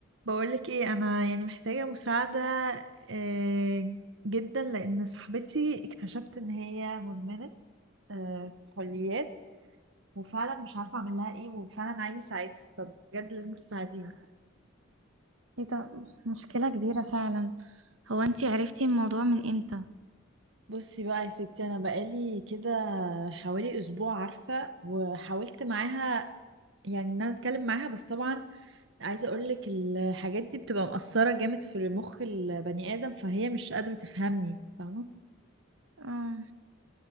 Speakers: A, on the right; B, on the right.
A: بقولك ايه انا يعني محتاجة مساعدة آه، جدا لان صاحبتي اكتشفت ان هي مدمنة آه، كحوليات وفعلا مش عارفة اعمل لها ايه وفعلا عايزة اساعدها طب بجد لازم تساعديني
B: ايه ده مشكلة كبيرة فعلا هو انتي عرفتي الموضوع من امتى
A: بصي بقى يا ستي انا بقالي كده حوالي اسبوع عارفه وحاولت معاها يعني ان انا اتكلم معاها بس طبعا عايزه اقولك الحاجات دي بتبقى مأثره جامد في مخ البني ادم فهي مش قادره تفهمني فاهمه
B: اه